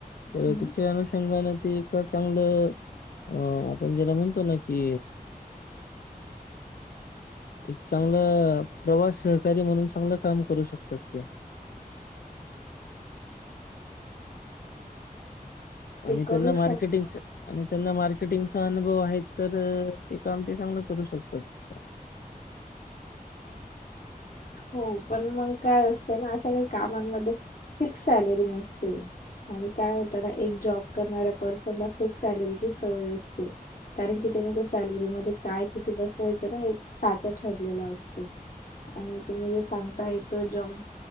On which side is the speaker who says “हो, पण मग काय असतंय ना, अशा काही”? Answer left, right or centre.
Left